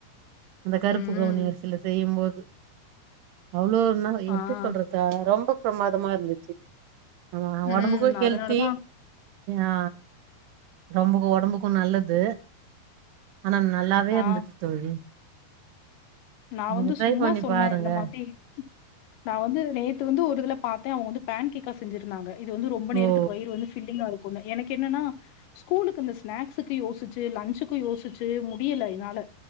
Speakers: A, on the right; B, on the left.
A: அந்த கருப்பு
B: ம்.
A: கவுனி அரிசியில செய்யும்போது அவ்வளோ என்ன எப்டி
B: ஆ.
A: சொல்றது த ரொம்ப பிரமாதமா இருந்துச்சு நம்ம
B: ம்.
A: ஒடம்புக்கும் ஹெல்த்தி
B: அதனாலதான்
A: ஆ நம்பக்கு ஒடம்புக்கு நல்லது ஆனா நல்லாவே
B: ஆ.
A: இருந்துச்சு தோழி
B: நா
A: நீங்க
B: வந்து
A: ட்ரை
B: சும்மா
A: பண்ணி
B: சொன்னே
A: பாருங்க
B: இந்த மாதிரி நா வந்து நேத்து வந்து ஒரு இதுல பாத்தே அவுங்க வந்து பேன் கேக் கா செஞ்சிருந்தாங்க இது வந்து ரொம்ப நேரத்துக்கு
A: ஓ
B: வயிறு வந்து ஃபில்லிங்கா இருக்குனு எனக்கு என்னனா ஸ்கூலுக்கு இந்த ஸ்நாக்ஸுக்கு யோசிச்சு லஞ்சுக்கு யோசிச்சு முடியல எனால